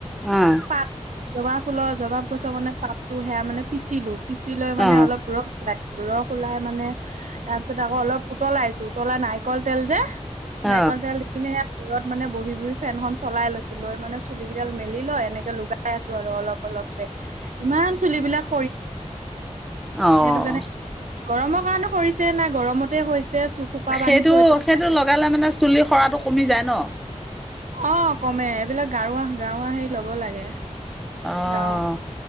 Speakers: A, in the centre; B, on the right (about 80°).
A: অহ
B: পাত জবা ফুলৰ জবা গছৰ মানে পাতটো সেয়া মানে পিচিলো পিচি লৈ মানে
A: অ
B: অলপ ৰস ৰস ওলাই মানে তাৰপিছত আকৌ অলপ উতলাই আছো উতলা নাৰিকল তেল যে
A: অ
B: নাৰিকল তেল দেকিনে সেয়া ঘৰত মানে বহি বহি ফেনখন চলাই লৈছো লৈ মানে চুলি কেইডাল মেলি লয় এনেকে লগাই আছো আৰু অলপ অলপকে ইমান চুলিবিলাক সৰি
A: অহ
B: সেইটো কাৰণে গৰমৰ কাৰণে সৰিছে না গৰমতে হৈছে চুখোপা
A: সেইটো
B: বান্ধি থৈ দিওঁ
A: সেইটো লগালে মানে চুলি সৰাটো কমি যায় ন
B: অহ কমে এইবিলাক ঘৰুৱা ঘৰুৱা হেৰি লব লাগে
A: অহ
B: গাঁও